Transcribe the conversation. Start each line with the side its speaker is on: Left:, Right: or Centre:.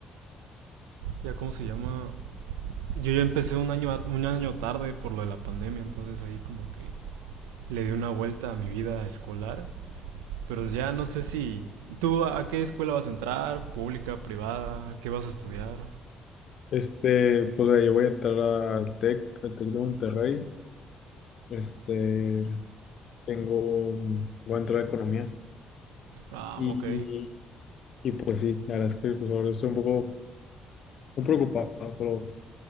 Right: ya, ¿cómo se llama? Yo ya empecé un año, a- un año tarde por lo de la pandemia, entonces ahí como que le di una vuelta a mi vida escolar Pero ya no sé si... ¿Tú a a qué escuela vas a entrar? ¿Pública? ¿Privada? ¿Qué vas a estudiar?
Left: Este, pues ve, yo voy a entrar al TEC, al TEC de Monterrey, este, tengo, voy a entrar a economía
Right: Ah,
Left: y,
Right: ok.
Left: y pues sí, la verdad es que pues ahora estoy un poco... Muy preocupado, pero